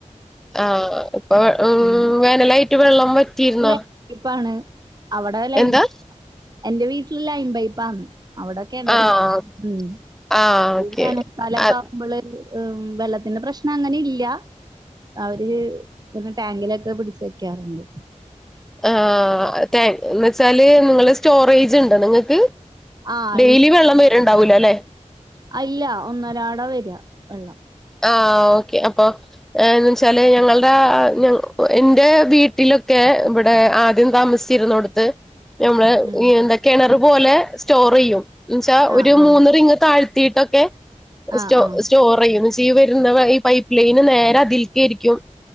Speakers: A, in the centre; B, on the right (about 30°).
A: ആഹ് അപ്പ ഉ
B: ഉം
A: വേനലായിട്ട് വെള്ളം വറ്റിയിരുന്നോ
B: ലൈൻപൈപ്പാണ് അവിടെ ലൈൻ
A: എന്താ
B: എന്റെ വീട്ടില് ലൈൻ പൈപ്പാ അവിടെ കിണറില്ല
A: ആഹ്
B: ഉം
A: ആഹ് ഓക്കെ
B: വേനൽ കാലൊക്കെ
A: അത്
B: ആകുമ്പോള് ഉം വെള്ളത്തിന്റെ പ്രശ്നം അങ്ങനെ ഇല്ല അവര് പിന്നെ ടാങ്കിലൊക്കെ പിടിച്ച് വെക്കാറുണ്ട്
A: ആ താങ്ക് എന്ന വെച്ചാല് നിങ്ങള് സ്റ്റോറേജ് ഉണ്ടോ നിങ്ങൾക്ക്
B: ആഹ്
A: ഡെയിലി വെള്ളം വരുണ്ടാവൂല അല്ലെ
B: അല്ല ഒന്നരാട വര വെള്ളം
A: ആഹ് ഓക്കെ അപ്പൊ ന്ന് വെച്ചാല് ഞങ്ങളുടെ എന്റെ വീട്ടിലൊക്കെ ഇവിടെ ആദ്യം താമസ ചിരന്നൊടുത്ത് നമ്മള്
B: ഉം
A: എന്താ കിണർ പോലെ സ്റ്റോർ ചെയ്യും എന്നെച്ചാ
B: ആഹ്
A: ഒരു
B: ആഹ്
A: മൂന്ന് റിങ്ങ് താഴ് <unintelligible> ട്ടൊക്കെ
B: ആഹ്
A: സ്റ്റോ
B: ആഹ്
A: സ്റ്റോർ ചെയ്യുന്നു ഈ വരുന്ന വ ഈ പൈപ്പ് ലൈന് നേരെ അതിൽക്കരിക്കും